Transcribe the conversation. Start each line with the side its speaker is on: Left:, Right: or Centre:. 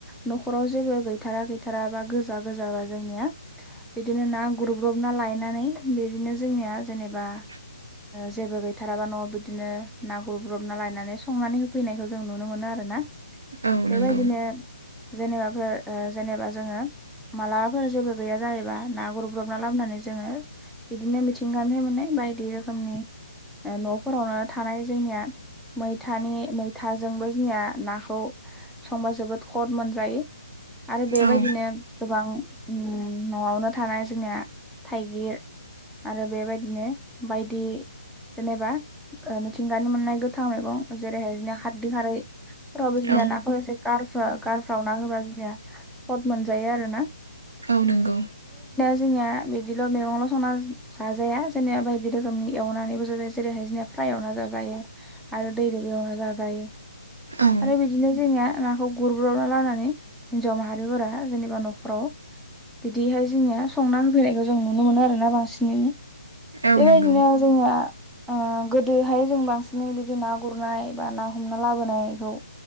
Centre: न'खराव जेबो गैथारा गैथारा गोजा गोजा बा जोंनिया बिदिनो ना गुरब्रबना लायनानै बिदिनो जोंनिया जेनेबा
Right: <inaudible>
Centre: जेबो गैथाराबा न'आव बिदिनो ना <unintelligible> <unintelligible> लायनानै संनानै होफैनायखौ जों नुनो मोनो आरोना
Right: औ
Centre: बेबायदिनो
Right: नंगौ
Centre: जेनेबाफोर उह जेनेबा जोङो मालाबाफोर जेबो गैया जायोबा ना गुरब्रबना लाबोनानै जोङो बिदिनो मिथिंगानिफ्राय मोननाय बायदि रोखोमनि न'फोरावनो थानाय जोंनिया मैथानि मैथाजोंबो जोंनिया नाखौ संबा जोबोद खद मोनजायो आरो बेबायदिनो
Right: औ
Centre: गोबां न'आवनो थानाय जोंनिया थाइगिर आरो बेबायदिनो बायदि जेनेबा मिथिंगानि मोननाय <unintelligible> <unintelligible> मैगं जेरैहाय खारदै खारै फोरावबो जोंनिया
Right: औ
Centre: नाखौ <unintelligible> गारफ्रा गारफ्राव ना होबा जोंहा खद मोनजायो आरो ना
Right: औ नंगौ
Centre: जोंनिया बिदिल' मैगंल' संना जाजाया जोंनिया बायदि रोखोमनि एवनानैबो जाजायो जेरैहाय जोंहा फ्राय एवना जाजायो आरो दैजोंबो एवना जाजायो
Right: औ
Centre: आरो बिदिनो जोंनिया नाखौ गुरब्रबना लानानै हिन्जाव माहारिफोरा जेनेबा न'खराव बिदिहाय जोंनिया संना होफैनायखौ जों नुनो मोनो आरोना बांसिनैनो
Right: औ
Centre: बेबायदिनो
Right: नंगौ
Centre: जोंङो उह गोदोहाय जों बांसिनै बिदि ना गुरनाय बा ना हमना लाबोनायखौ